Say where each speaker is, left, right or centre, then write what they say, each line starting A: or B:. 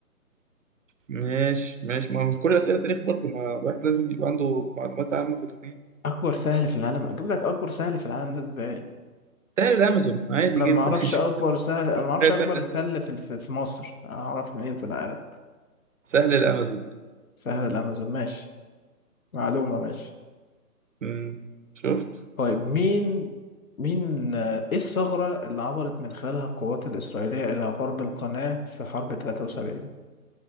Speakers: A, on the right; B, on the left.
A: ماشي ماشي ما هو مش كل اسئله تاريخ برضه ما الواحد لازم يبقى عنده معلومات عامه في الاثنين
B: اكبر سهل في العالم بقولك اكبر سهل في العالم ده ازاي
A: سهل الامازون عادي
B: انا
A: جدا
B: ما اعرفش
A: <laughs> شوف
B: اكبر سهل انا
A: الحياة
B: ما اعرفش اكبر
A: سهل ازاي
B: تل في في في مصر انا اعرف منين في العالم
A: سهل الامازون
B: سهل الامازون ماشي معلومة ماشي
A: مم. شفت
B: طيب مين مين آه، ايه الثغرة اللي عبرت من خلالها القوات الاسرائيلية الى غرب القناة في حرب 73